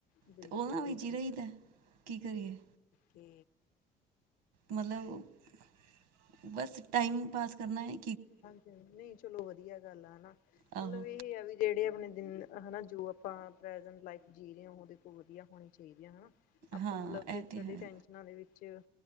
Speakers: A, on the left; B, on the right.
A: ਬਿਲਕੁਲ
B: ਤੇ ਉਹਨਾਂ ਵਿੱਚ।
A: ਬਿਲਕੁਲ
B: ਰਈਦਾ ਕੀ ਕਰੀਏ?
A: ਤੇ।
B: ਮਤਲਬ <unintelligible> ਬਸ। ਟਾਈਮ ਪਾਸ ਕਰਨਾ ਏ।
A: ਹਾਂਜੀ ਹਾਂਜੀ ਨਹੀਂ ਚਲੋ ਵਧੀਆ। ਵਧੀਆ ਗੱਲ ਆ ਹਨਾ।
B: ਆਹੋ
A: ਮਤਲਬ ਇਹੇ ਆ ਵੀ ਜਿਹੜੇ। ਆਪਣੇ ਦਿਨ ਹਨਾ ਜੋ ਆਪਾਂ ਪ੍ਰੇਸੇੰਟ ਲਾਈਫ ਜੀ ਰਹੇ ਹਾਂ ਉਹਦੇ ਤੋਂ ਵਧੀਆ ਹੋਣੀ ਚਾਹੀਦੀ ਹੈ ਹਨਾ। ਆਪਾਂ
B: ਹਾਂ
A: ਮਤਲਬ ਫਿਊਚਰ
B: ਇਹ ਤੇ ਹੈ
A: ਦੀਆਂ ਟੈਨਸ਼ਨਾਂ ਦੇ ਵਿੱਚ। ਵਿੱਚ